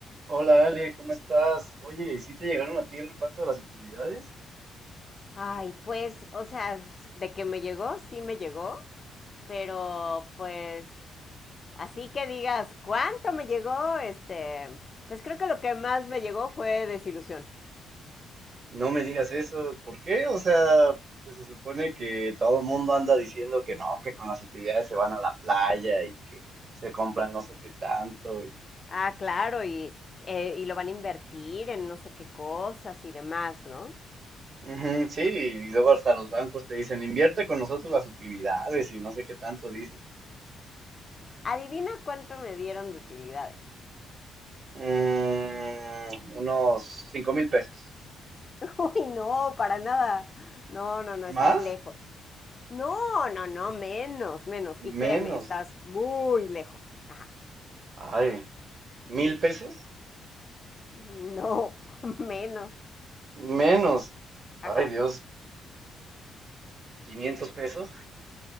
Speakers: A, on the right; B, on the left.
A: Hola Ale, ¿cómo estás? Oye, ¿sí te llegaron a ti el reparto de las utilidades?
B: Ay, pues, o sea, de que me llegó, sí me llegó, pero pues, así que digas, ¿cuánto me llegó? Este, pues creo que lo que más me llegó fue desilusión.
A: No me digas eso, ¿por qué? O sea, pues se supone que todo el mundo anda diciendo que no, que con las utilidades se van a la playa y que se compran no sé qué tanto. Y...
B: Ah, claro, y, eh, y lo van a invertir en no sé qué cosas y demás, ¿no?
A: Ujú, sí, y luego hasta los bancos te dicen, invierte con nosotros las utilidades y no sé qué tanto dicen.
B: Adivina cuánto me dieron de utilidades.
A: Mm, unos cinco mil pesos.
B: <laughs> Uy, no, para nada. No, no, no, estás
A: ¿Más?
B: lejos. No, no, no, menos, menos. Y créeme,
A: Menos.
B: estás muy lejos. Ajá.
A: Ay, ¿mil pesos?
B: No, <laughs> menos.
A: Menos. Ay,
B: Ajá,
A: Dios. quinientos pesos,